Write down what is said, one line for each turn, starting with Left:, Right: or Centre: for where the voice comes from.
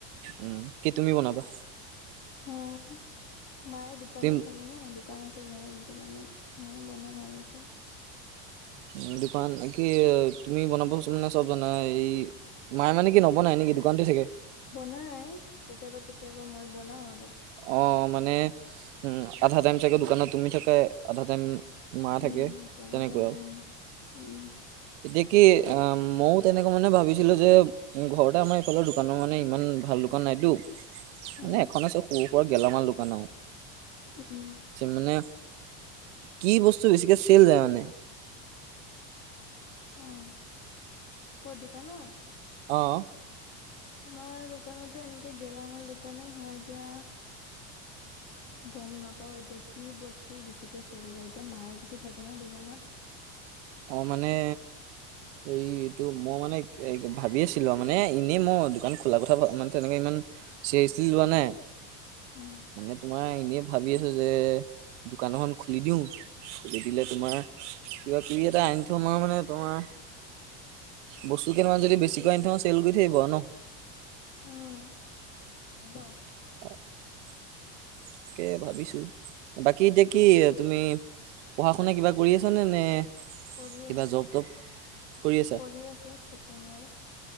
Right: উম কি তুমি বনাবা?
Left: অ' মায়ে দোকানত
Right: তুমি
Left: থাকে না দোকান আছে ঘৰত। সেইটো কাৰণে মই বনাম আৰু এতিয়া।
Right: উ দোকান কি তুমি বনাবচোন মানে চব জানা? এই মায়ে মানে কি নবনাই নেকি? দোকানতে থাকে।
Left: বনাই কেতিয়াবা কেতিয়াবা মই বনাওঁ আৰু।
Right: অ' মানে উম আধা টাইম চাগে দোকানত তুমি থাকা, আধা টাইম মা থাকে
Left: উম তেনেকাই
Right: তেনেকুৱা আৰু
Left: উম, উম।
Right: এতিয়া কি অ' মইও তেনেকে মানে ভাবিছিলো যে ঘৰতে আমাৰ এইফালৰ দোকানৰ মানে ইমান ভাল দোকান নাইতো।
Left: উম
Right: মানে এখন আছে সৰু সুৰা গেলামাল দোকান আৰু।
Left: উম, উম।
Right: মানে কি বস্তু বেছিকে চেল যায় মানে?
Left: অ' কত দোকানত?
Right: অ'।
Left: আমাৰ দোকানতো এনেকে গেলামাল দোকানে হয় এতিয়া। গ'ম নাপাওঁ এতিয়া কি বস্তু বেছিকে চেল যায়, এতিয়া মায়ে বেছি থাকে ন দোকানত।
Right: অ' মানে এই এইটো মই মানে ভাবি আছিলো আৰু, মানে এনেই মই দোকান খোলা কথা মানে তেনেকে ইমান চিৰিয়াচলি লোৱা নাই।
Left: উম
Right: মানে তোমাৰ এনে ভাবি আছোঁ যে দোকান এখন খুলি দিওঁ, খুলি দিলে তোমাৰ কিবা কিবি এটা আনি থম আৰু মানে তোমাৰ বস্তু কেইটামান যদি বেছিকৈ আনি থও ন চেল গৈ থাকিব ন।
Left: উম, হব।
Right: <inaudible> তাকে ভাবিছো। বাকী এতিয়া কি তুমি পঢ়া শুনা কিবা কৰি আছানে নে?
Left: পঢ়ি
Right: কিবা
Left: আছো
Right: জব তব কৰি আছা
Left: পঢ়ি আছো ছেকেণ্ড ইয়াৰ।